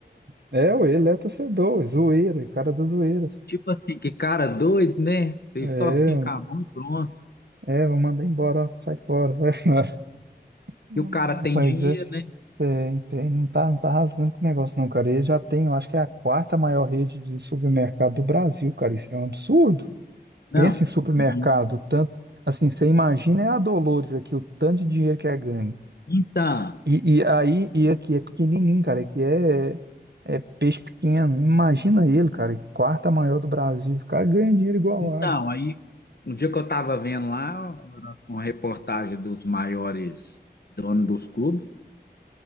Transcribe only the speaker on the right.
É, é, ué, ele é torcedor, é zoeira, é cara das zoeiras.
É,
ué.
é, vou mandar embora, ó, sai fora, sai fora. <laughs>
Mas
é,
é, tem- não tá, não tá rasgando com o negócio, não, cara. Ele já tem, eu acho que é a quarta maior rede de supermercado do Brasil, cara. Isso é um absurdo.
Pensa em supermercado,
tanto assim, você imagina é a Dolores aqui, o tanto de dinheiro que é ganho.
E, e aí, e aqui é pequenininho, cara. Aqui é, é peixe pequeno. Imagina ele, cara. Quarta maior do Brasil. O cara ganha dinheiro igual
água.